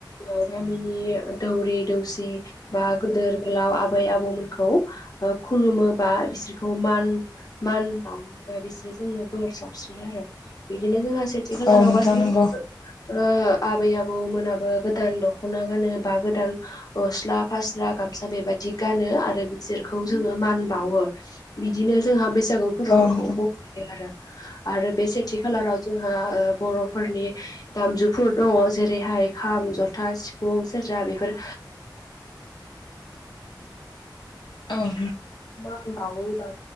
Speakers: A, on the left; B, on the left.
A: ओ गामिनि दौरि दौसि बा गोदोर गोलाव आबै आ बौ मोनखौ ओ खुलुमो बा बिसोरखौ मान मान बावो बा बिसोरो जोङो बोर साबस्रियो आरो बिदिनो जोंहा सेथि खालाराव
B: औ नोंथां
A: गासिबो
B: नंगौ
A: ओ आबै आ बौमोनाबो गोदान दख'ना गानो बा गोदान गस्ला फास्रा गामसा बेबादि गानो। आरो बिसोरखौ जोङो मान बावो बिदिनो जोंहा बैसा गु फोरबोखौ
B: औ नोंथां
A: बारायो आरो आरो बे सेथि खालाराव जोंहा ओ बर'फोरनि दामजुफोर दङ'। जेरैहाय खाम जथा सिफुं सेरजा बेफोर
B: औ
A: मान बावो बा